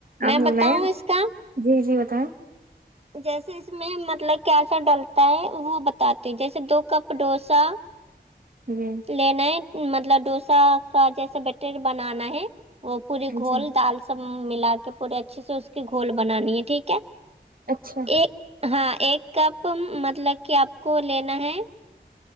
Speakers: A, on the right; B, on the right.
A: میں
B: آپ نے
A: بتاؤں اس کا
B: جی جی بتائیں
A: جیسے اس میں مطلب کیسا ڈلتا ہے وہ بتاتے جیسے دو کپ ڈوسا
B: ہن
A: لینا ہے مطلب ڈوسا کا جیسا بیٹر بنانا ہے وہ پوری گھول
B: جی
A: دال سے سب ملا کے پورے اچھے سے اس کی گھول بنانی ہے ٹھیک ہے
B: اچھا
A: ایک ہاں ایک کپ مطلب کہ آپ کو لینا ہے